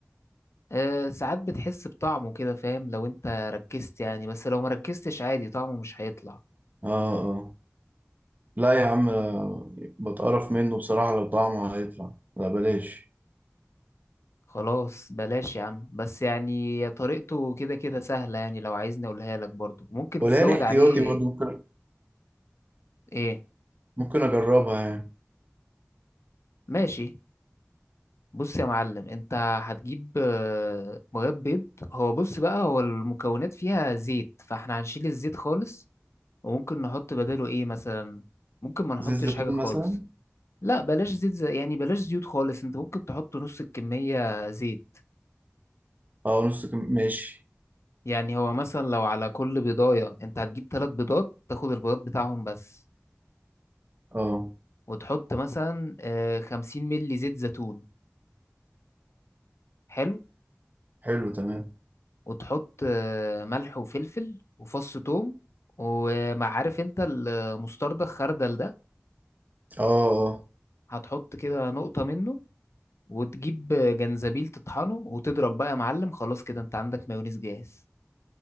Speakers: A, on the left; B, on the right.
A: أه ساعات بتحس بطعمه كده فاهم لو انت ركزت يعني بس لو ما ركزتش عادي طعمه مش هيطلع
B: اه اه لا يا عم آه، بتقرف منه بصراحة لو طعمه هيطلع لا بلاش
A: خلاص بلاش يا عم بس يعني طريقته كده كده سهلة يعني لو عايزني اقولها لك برضو ممكن
B: ولا
A: تزود
B: انا احتياطي
A: عليه
B: برضو ممكن
A: ايه
B: ممكن اجربها يعني
A: ماشي بص يا معلم انت هتجيب آه، بياض بيض هو بص بقى هو المكونات فيها زيت فاحنا هنشيل الزيت خالص وممكن نحط بداله ايه مثلا ممكن ما نحطش
B: زيت زيتون
A: حاجة خالص
B: مثلا
A: لا بلاش زيت زي يعني بلاش زيوت خالص انت ممكن تحط نص الكمية زيت
B: اه نص كم ماشي
A: يعني هو مثلا لو على كل بيضاية انت هتجيب ثلاث بيضات تاخد البيضات بتاعهم بس
B: اه
A: وتحط مثلا آه، خمسين ملي زيت زيتون حلو
B: حلو تمام
A: وتحط آه، ملح وفلفل وفص ثوم وما عارف انت المستردة الخردل ده
B: اه اه
A: هتحط كده نقطة منه وتجيب جنزبيل تطحنه وتضرب بقى يا معلم خلاص كده انت عندك مايونيز جاهز